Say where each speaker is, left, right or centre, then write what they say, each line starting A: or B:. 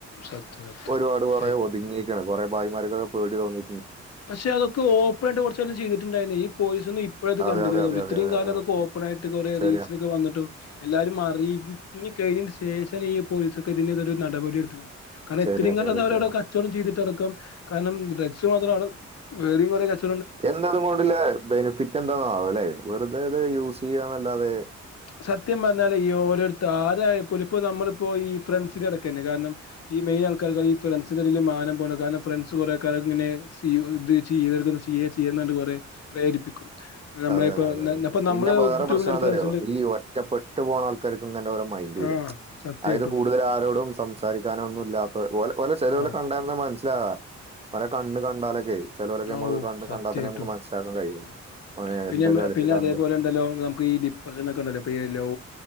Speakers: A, on the left; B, on the right.
A: സത്യം സത്യം
B: ഒരുപാട് കൊറെ ഒത്ങ്ങീക്ക്ണ് കൊറേ ഭായിമാർക്കൊക്കെ പേടി തോന്നി
A: പക്ഷെ അതൊക്കെ ഓപ്പണായിട്ട് കൊർച്ച് കാലം ചെയ്തിട്ടുണ്ടായിരുന്നു ഈ പോലീസ് ന്ന് ഇപ്പഴാത് കണ്ടക്ക്ണ്
B: അതെ അതെ
A: തോന്നണ്
B: അതെ
A: ഇത്രയും
B: അതെ അതെ
A: കാലം
B: ആ
A: അതൊക്കെ
B: ഉം
A: ഓപ്പണായിട്ട് കൊറെ
B: ശരിയാ
A: റീൽസിലൊക്കെ വന്നിട്ടും എല്ലാരും അറിഞ്ഞി കഴിഞ്ഞ യ്ന് ശേഷാണ് ഈ പോലീസൊക്കെ ഇതിനെതിരൊര് നടപടി എട്ത്ത് ക്ക്ണേ. കാരണം
B: ശരിയാ
A: ഇത്രയും കാലം
B: ശരിയാ
A: അതവരവടെ
B: ശരിയാ
A: കച്ചോടം ചെയ്തിട്ടടക്കം കാരണം ഡ്രഗ്സ് മാത്രാണ് വേറിം കൊറേ കച്ച
B: എന്താണയ്നോണ്ട് ല്ലേ ബെനെഫിറ്റെന്താണാവേ ല്ലെ വെറുതെ ഇത് യൂസെചെയ്യാന്നല്ലാതെ
A: സത്യം പർഞ്ഞാലേ ഈ ഓരോര്ത്ത ആരായപ്പോലും ഇപ്പോ നമ്മള്പ്പോ ഈ ഫ്രണ്ട്സിൻ്റെടക്കെന്നെ കാരണം ഈ മെയ്നാൾക്കാർക്ക് ഈ ഫ്രണ്ട്സിന്റെ ടേല് മാനം പോണ കാരണം ഫ്രണ്ട്സ് കൊറേ കാലം ഇങ്ങനെ സി ഇത് ചെയ് <unintelligible> ചെയ് ചെയ്യ്ന്ന് പർഞ്ഞ് കുറെ പ്രേരിപ്പിക്കും ഞമ്മളിപ്പോ
B: അതെ, അതെ, അതെ,
A: ന്ന
B: അതെ.
A: ന്നപ്പോ നമ്മളെ
B: പിന്നെ വേറെ
A: <unintelligible>
B: പ്രശ്നം എന്താന്നറിയോ?
A: ഫ്രണ്ട്സ്
B: ഈ ഒറ്റപ്പെട്ട് പോകണ ആൾക്കാർക്കും ഇങ്ങനെ ഓരോ മൈൻഡ് വെരും
A: ആ സത്യായിട്ടും
B: അയത് കൂടുതൽ ആരോടും സംസാരിക്കാനോ ഒന്നും ഇല്ലാത്തവർ ഓലെ ചെലോരെ
A: ആ
B: കണ്ടാ തന്നെ മനസ്സിലാവാ ഓലെ കണ്ണ് കണ്ടാലൊക്കെ ചെലോരൊക്കെ
A: ആ
B: നമുക്ക്
A: ഓ
B: കണ്ണ്
A: സത്യായിട്ടും
B: കണ്ടാത്തന്നെ നമുക്ക് മനസ്സിലാക്കാൻ കഴിയും
A: ഉം.
B: ഓന്
A: പിന്നെ
B: എന്തൊക്കെ അടിച്ചിട്ടാന്നൊക്കെ.
A: പിന്നെ അതേപോലെ ണ്ടല്ലോ നമുക്ക് ഈ ഡിപ്രഷനൊക്കെണ്ടല്ലോ പ്പ് ലൗ